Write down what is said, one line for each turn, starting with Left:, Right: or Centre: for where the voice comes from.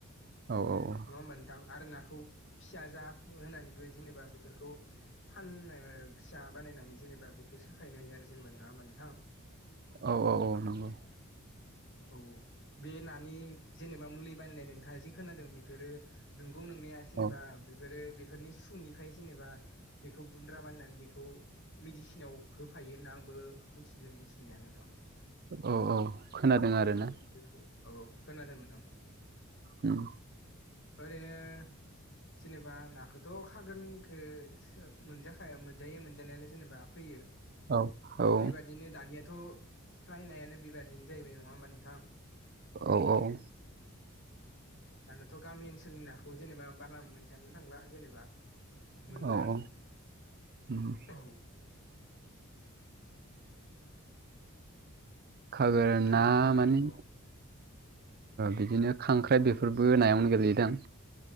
Right: औ औ औ
Left: नङा होमबा नोंथां आरो नाखौ फिसा जा होननानैबो जेनेबा बेफोरखौ फाननो फिसा बानायनानै जेनेबा बेखौ सोखायनाय हायो आरो जेनेबा नङा होमबा नोंथां
Right: औ-औ-औ नंगौ
Left: औ बे नानि जेनेबा मुलि बानायनाय नोंथांङा जि खोनादों बेफोरो नंगौ नोंनाया जेनेबा
Right: औ
Left: बेफोरो बेफोरनि सुनिफ्राय जेनेबा बेखौ गुन्द्रा माननानै बेखौ मेडिसिनाव होफायो होनना आंबो मिथिदों मिथिनाया नोंथां <inaudible>
Right: औ औ खोनादों आरोना
Left: औ-औ खोनादों नोंथां
Right: ओम
Left: ओरैनो जेनेबा नाखौथ' खागोरनिखौ मोनजाखाया मोनजायो मोनजानायालाय जेनेबा फैयो
Right: औ औ
Left: बेबादिनो दानियाथ' फ्राय नायानो बेबादिनो जाहैबाय नङा होमबा नोंथां
Right: औ-औ
Left: <inaudible> दानियाथ' गामि ओनसोलनि नाखौ जेनेबा बारा मोनजानो थांला जेनेबा मोनला
Right: औ-औ ओम
Left: औ
Right: खागोर
Left: दा नोंथाङा
Right: ना माने
Left: औ
Right: बिदिनो खांख्राइ बेफोरबो नायावनो गोलैयोदां